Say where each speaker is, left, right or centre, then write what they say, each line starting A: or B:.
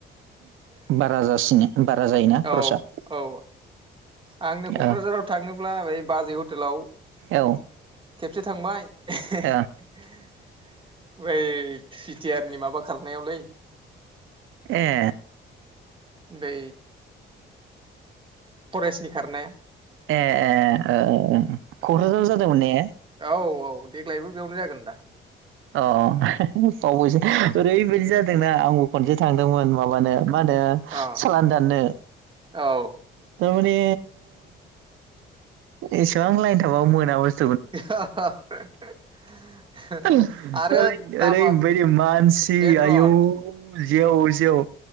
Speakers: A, on the right (about 85°); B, on the right (about 25°).
A: बारा जासिनो बार रा जायोना
B: औ
A: खरसा?
B: औ आंनो क'क्राझाराव
A: ओ
B: थाङो ब्ला बै बाजै हटेलाव
A: औ ओ
B: खेबसे थांबाय <unintelligible>
A: ए
B: बि टि आर नि माबा खारनायावलै
A: ए
B: बै फरेस्टनि खारनाया
A: ए ए <unintelligible> क'क्राझाराव जादोंमोन ने?
B: औ औ देग्लायबो बेयावनो जागोन दा।
A: अ <unintelligible> ओरैबायदि जादोंना आंबो खनसे थांदोंमोन माबानो मा होनो
B: अ
A: सालान दाननो
B: औ।
A: थारमाने एसेबां लायनथाबाबो मोना बु
B: <unintelligible>
A: <unintelligible>
B: आरो
A: ओरै
B: दामा
A: ओरैबायदि मानसि
B: बेनोथ'
A: आयौ जेव जेव